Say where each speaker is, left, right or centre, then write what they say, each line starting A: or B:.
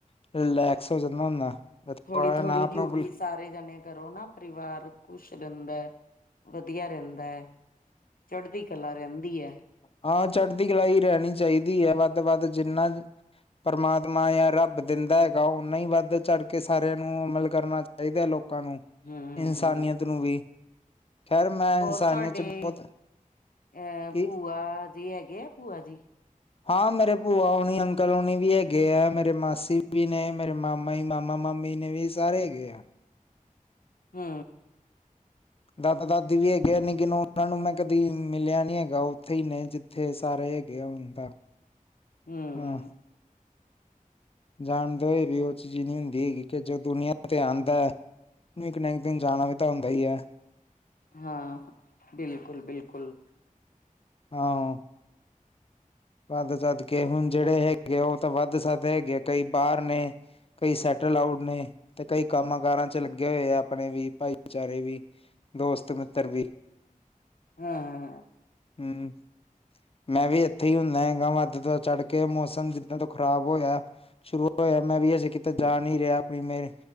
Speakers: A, on the left (about 40°); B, on the left (about 80°).
A: ਥੋੜਾ ਰਿਲੈਕਸ ਹੋ ਜਾਂਦਾ ਹੁੰਦਾ ਫੇਰ
B: ਥੋੜ੍ਹੀ
A: ਥੋੜਾ
B: ਥੋੜ੍ਹੀ
A: ਨਾਮ
B: ਡਿਊਟੀ
A: ਨੂਮ
B: ਸਾਰੇ ਜਾਣੇ ਕਰੋ ਨਾ ਪਰਿਵਾਰ ਖੁਸ਼ ਰਹਿੰਦਾ ਹੈ ਵਧੀਆ ਰਹਿੰਦਾ ਚੜ੍ਹਦੀ ਕਲਾ ਰਹਿੰਦੀ ਹੈ
A: ਹਾਂ ਚੜਦੀ ਕਲਾਈ ਰਹਿਣੀ ਚਾਹੀਦੀ ਹੈ ਵੱਧ ਤੋਂ ਵੱਧ ਜਿੰਨਾ ਪਰਮਾਤਮਾ ਜਾਂ ਰੱਬ ਦਿੰਦਾ ਹੈਗਾ ਓਨਾ ਵੱਧ ਚੜ੍ਹ ਕੇ ਸਾਰਿਆਂ ਨੂੰ ਅਮਲ ਕਰਨਾ ਚਾਹੀਦਾ ਲੋਕਾਂ ਨੂੰ
B: ਹੂੰ,
A: ਇਨਸਾਨੀਅਤ ਨੂੰ ਵੀ ਖੈਰ ਮੈਂ
B: ਹੋਰ
A: ਇਨਸਾਨੀਅਤ
B: ਤੁਹਾਡੇ
A: ਚ ਬਹੁਤ
B: ਅਹ
A: ਕੀ
B: ਭੂਆ ਜੀ ਹੈਗੇ ਭੂਆ ਜੀ
A: ਹਾਂ ਮੇਰੇ ਭੂਆ ਹੋਣੀ ਅੰਕਲ ਹੋਣੀ ਵੀ ਹੈਗੇ ਆ ਮੇਰੇ ਮਾਸੀ ਵੀ ਨੇ ਮੇਰੇ ਮਾਮਾ ਜੀ ਮਾਮਾ ਮਾਮੀ ਮਹੀਨੇ ਵੀ ਸਾਰੇ ਹੈਗੇ ਆ।
B: ਹੂੰ।
A: ਦਾਦਾ- ਦਾਦੀ ਵੀ ਹੈਗੇ ਆ ਨਕਿਨ ਉਹਨਾਂ ਨੂੰ ਮੈਂ ਕਦੀ ਮਿਲਿਆ ਨੀ ਹੈਗਾ ਉੱਥੇ ਹੀ ਨੇ ਜਿ- ਥੇ ਸਾਰੇ ਹੈਗੇ ਆ ਹੁਣ ਤਾਂ,
B: ਹੂੰ,
A: ਹਾਂ। ਜਾਣਦੇ ਹੋ ਵੀ ਉਹ ਚੀਜ਼ ਨਹੀਂ ਹੁੰਦੀ ਹੈਗੀ ਕਿ ਜੋ ਦੁਨੀਆਂ ਤੇ ਆਂਦਾ ਹੈ। ਇੱਕ ਨਾ ਇੱਕ ਦਿਨ ਜਾਣਾ ਵੀ ਤਾਂ ਹੁੰਦਾ ਹੀ ਹੈ।
B: ਹਾਂ ਬਿਲਕੁਲ- ਬਿਲਕੁਲ।
A: ਹਾਂ ਉਹ। ਵੱਧ ਸਦ ਕੇ ਹੁਣ ਜਿਹੜੇ ਹੈਗੇ ਉਹ ਤਾਂ ਵੱਧ ਸਦ ਹੈਗੇ ਆ ਕਈ ਬਾਹਰ ਨੇ ਕਈ ਸੈਟਲ ਆਊਡ ਨੇ, ਤੇ ਕਈ ਕੰਮ ਕਾਰਾਂ ਚ ਲੱਗੇ ਹੋਏ ਆ ਆਪਣੇ ਵੀ ਭਾਈਚਾਰੇ ਵੀ। ਦੋਸਤ- ਮਿੱਤਰ ਵੀ।
B: ਆ ਹਾਂ।
A: ਹੂੰ, ਮੈਂ ਉੱਥੇ ਹੀ ਹੁੰਦਾ ਹੈਗਾ ਵੱਧ ਤੋਂ ਚੜ ਕੇ ਮੌਸਮ ਜਿੱਦਾਂ ਤੋਂ ਖ਼ਰਾਬ ਹੋਇਆ, ਸ਼ੁਰੂ ਹੋਇਆ ਮੈਂ ਵੀ ਅਜੇ ਕਿਤੇ ਜਾ ਨਹੀਂ ਰਿਹਾ ਆਪਣੀ ਮੇਰੇ